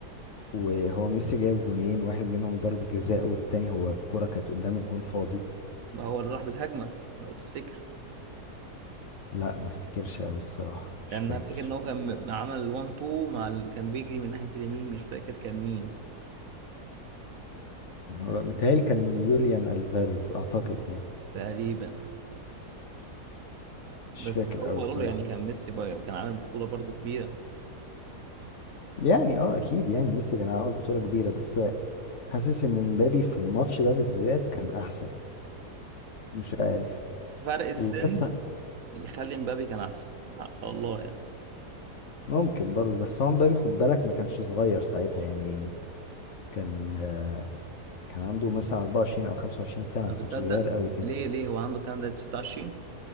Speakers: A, on the left (about 55°); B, on the right (about 65°).
A: وهو ميسي جايب جونين واحد منهم ضربة جزاء والتاني هو الكرة كانت قدام الجون فاضي
B: ما هو اللي راح بالهجمه لو تفتكر
A: لا ما افتكرش قوي الصراحة
B: كان
A: مش فاكر
B: افتكر ان هو كان م- عمل 1 2 مع ال... كان بيجري من ناحيه اليمين مش فاكر كان مين
A: متهيألي كان يوليان ألفاريز أعتقد يعني
B: تقريبا
A: مش
B: بس
A: فاكر
B: اوفرول
A: قوي بصراحة
B: يعني كان ميسي بقى كان عامل بطوله برضو كبيره
A: يعني اه اكيد يعني ميسي كان عامل بطولة كبيرة بس حاسس ان مبابي في الماتش ده بالذات كان احسن مش عارف
B: فرق السن
A: وكاس
B: يخلي مبابي كان احسن حق الله يعني
A: ممكن برضه بس هو مبابي خد بالك ما كانش صغير ساعتها يعني كان آه، كان عنده مثلا 24 او 25 سنة
B: طب
A: ما كانش
B: بتصدق
A: صغير قوي كده.
B: ليه ليه هو عنده كان ده 19